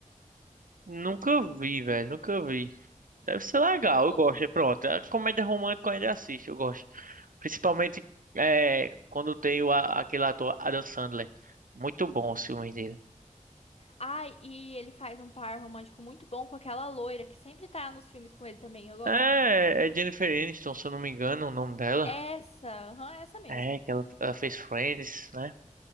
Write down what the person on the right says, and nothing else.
Nunca vi, velho, nunca vi. Deve ser legal,
eu gosto. E pronto, a comédia romântica eu ainda assisto, eu gosto. Principalmente é, quando tem o, a- aquele ator Adam Sandler. Muito bom os filmes dele.
É, é Jennifer Aniston, se eu não me engano, o nome dela.
É, que ela, ela fez Friends, né?